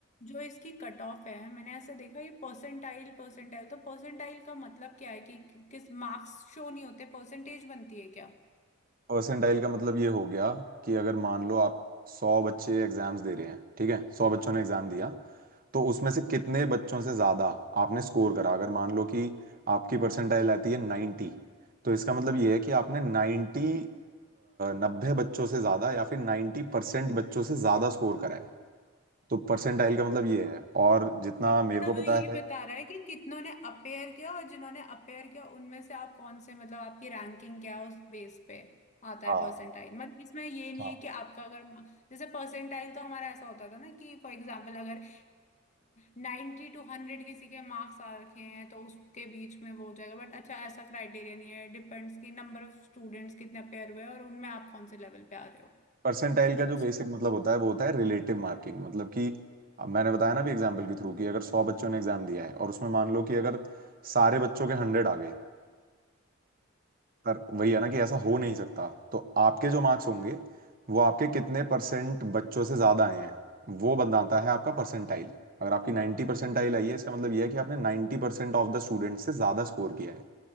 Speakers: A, on the left; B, on the right.
A: जो इसकी कट ऑफ है मैंने ऐसा देखा ये परसेंटाइल परसेंटाइल तो परसेंटाइल का मतलब क्या है कि कि- किस मार्क्स शो नहीं होते परसेंटेज बनती है क्या
B: परसेंटाइल का मतलब ये हो गया कि अगर मान लो आप सौ बच्चे एग्जाम्स दे रहे हैं ठीक है सौ बच्चों ने एग्जाम दिया तो उसमें से कितने बच्चों से ज्यादा आपने स्कोर करा अगर मान लो कि आपकी परसेंटाइल आती है नाइन्टी तो इसका मतलब ये है कि आपने नाइन्टी नब्बे बच्चों से ज्यादा या फिर नाइन्टी परसेंट बच्चों से ज्यादा स्कोर करा है तो परसेंटाइल का मतलब ये है और जितना
A: अभी
B: मेरे
A: मतलब
B: को
A: वो
B: पता
A: ये
B: है
A: बता रहा है कि कितनों ने अपेयर किया और जिन्होंने अपेयर किया उनमें से आप कौन से मतलब आपकी रैंकिंग क्या है उस बेस पे आता
B: हाँ
A: है परसेंटाइल मतलब इसमें ये नहीं
B: हाँ
A: है कि आपका अगर मा- जैसे परसेंटाइल तो हमारा ऐसा होता था ना कि फॉर एग्जांपल अगर नाइन्टी टू हंड्रेड किसी के मार्क्स आ रखे हैं तो उसके बीच में वो हो जाएगा बट अच्छा ऐसा क्राइटेरिया नहीं है डिपेंड्स कि नंबर ऑफ स्टूडेंट्स कितने अपेयर हुए और उनमें आप कौन से लेवल पे आ रहे हो
B: परसेंटाइल
A: अच्छा
B: का जो बेसिक मतलब होता है वो होता है रिलेटिव मार्किंग मतलब कि अब मैंने बताया ना भी एग्जाम्पल के थ्रू कि अगर सौ बच्चों ने एग्जाम दिया है और उसमें मान लो कि अगर सारे बच्चों के हंड्रेड आ गए पर वही है ना कि ऐसा हो नहीं सकता तो आपके जो मार्क्स होंगे वो आपके कितने परसेंट बच्चों से ज्यादा आए हैं वो बनाता है आपका परसेंटाइल अगर आपकी नाइन्टी परसेंटाइल आई है इसका मतलब ये है कि आपने नाइन्टी परसेंट ऑफ द स्टूडेंट से ज्यादा स्कोर किया है